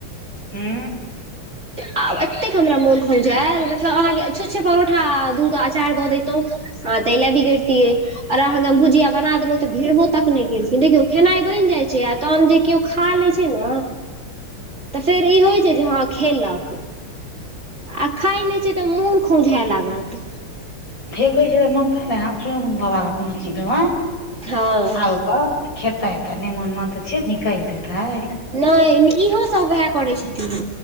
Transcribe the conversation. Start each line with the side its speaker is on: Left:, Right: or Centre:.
Left: हू।
Right: आब एतेक हमरा मोन खोजायल मतलब अहाँके छूच्छे परोठा दूध अचार दऽ दैतहु आहा तैला बिगड़तीये। आर अहाँके भुजिया बना देलहुँ तऽ भिड़बो तक नहि केलखिन! देखिओ खेनाइ बैन जा छैय तहन किओ खा लै छै ने तऽ फेर ई होइ छै जे हँ खेलक! आ खाए नय छै तऽ मून खौजा लागत।
Left: फेेकैत छै तऽ मन <unintelligible> अब कोनो चीज देबै
Right: हँ
Left: आउ ओकर खेता एता ने मोन मान तऽ छियैत निकलि देत?
Right: नहि इहोसभ उएह करैत छथिन।